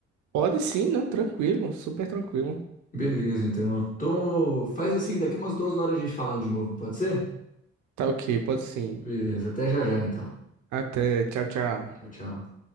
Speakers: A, on the right; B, on the left.
A: pode sim, não, tranquilo, super tranquilo.
B: Beleza, então. Então, faz assim, daqui umas duas horas a gente falar de novo, pode ser?
A: Tá ok, pode sim.
B: Beleza, até já já, então.
A: Até, tchau, tchau.
B: Tchau, tchau.